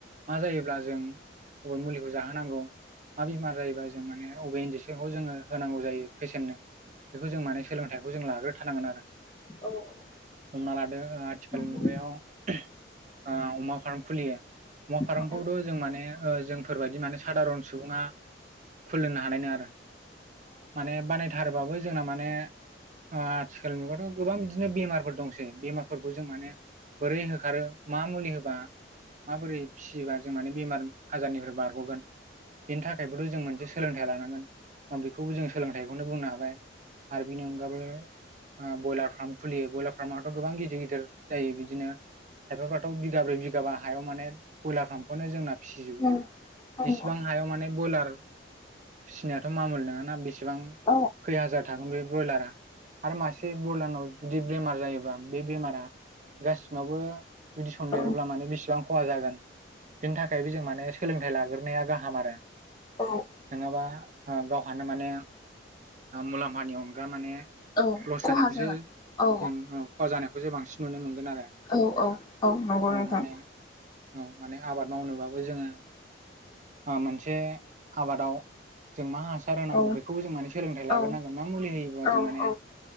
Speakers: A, on the right; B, on the left.
A: मा जायोब्ला जों अबे मुलिखौ जाहोनांगौ मा बेमार जायोबा जों माने अबे इन्जेकसनखौ जोङो होनांगौ जायो पेसेननो बेखौ जों माने सोलोंथाइखौ जों लाग्रो थारानांगोन आरो
B: औ औ
A: हमना लादो आथिखालनि
B: नंगौ
A: मुगायाव ओ अमा फार्म खुलियो अमा फार्म
B: औ
A: खौथ' जों माने ओ जोंफोरबायदि माने साादारन सुबुङा खुलिुमनो हानाय नङा आरो माने बानायथारोबाबो जोंना माने आथिखालनि मुगायावाथ' गोबां बिदिनो बेमारफोर दंसै बेमारफोरखौ जों माने बोरै होखारो मा मुलि होबा माबोरै फिसिबा जों माने बेमार आजारनिफ्राय बारग'गोन बेनि थाखायबोथ' जों मोनसे सोलोंथाइ लानांगोन आं बेखौबो जों सोलोंथाइखौनो बुंनो हाबाय आरो बेनि अनगाबो ओ बयलार फार्म खुलियो बयलार फार्मआथ' गोबां गिदिर गिदिर जायो बिदिनो खायफाफ्राथ' बिगाब्रै बिगाबा हायाव माने बयलार फार्मखौनो जोंना फिसिजोबो
B: औ
A: इसिबां
B: औ
A: हायाव माने बयलार फिसिनायाथ' मामुल नङाना बेसेबां
B: औ
A: खै हाजार थागोन बे बयलारा आरो मासे बयलारनाव जुदि बेमार जायोब्ला बे बेमारा गासिनावबो जुदि सनदेरोब्ला
B: औ
A: माने बेसेबां खहा जागोन बेनि थाखायबो जों माने सोलोंथाइ लाग्रोनाया गाहाम आरो
B: औ
A: नोङाबा ओ गावहानो माने मुलाम्फानि अनगा माने
B: औ
A: लस
B: खहा
A: जानायखौसो
B: जागोन औ
A: जों खहा जानायखौसो बांसिन नुनो मोन गोन आरो
B: औ औ औ नंगौ
A: औ
B: नोंथां
A: माने औ माने आबाद मावनोबाबो जोङो ओ मोनसे आबादाव जों मा हासार होनांगौ
B: औ
A: बेखौबो जों माने सोलोंथाइ लाग्रोनांगोन
B: औ
A: मा मुलि होयोबा
B: औ
A: जों माने
B: औ